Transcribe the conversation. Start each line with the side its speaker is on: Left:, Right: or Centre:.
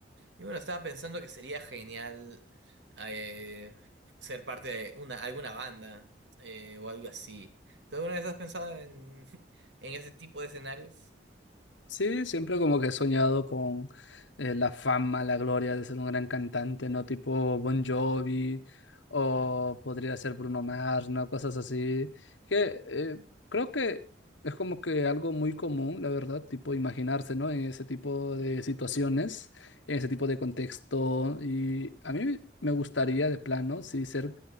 Right: Y bueno, estaba pensando que sería genial eh, ser parte de una, alguna banda eh, o algo así. ¿Tú alguna vez has pensado en, <laughs> en ese tipo de escenarios?
Left: Sí, siempre como que he soñado con eh, la fama, la gloria de ser un gran cantante, ¿no? Tipo Bon Jovi o podría ser Bruno Mars, ¿no? Cosas así. Que eh, creo que es como que algo muy común, la verdad, tipo imaginarse, ¿no? En ese tipo de situaciones, en ese tipo de contexto. Y a mí me gustaría de plano, sí, ser